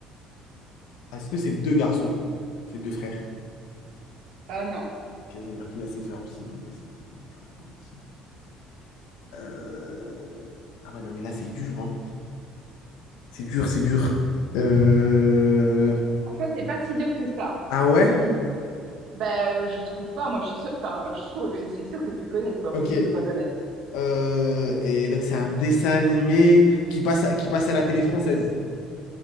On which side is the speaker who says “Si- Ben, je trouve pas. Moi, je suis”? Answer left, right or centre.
Right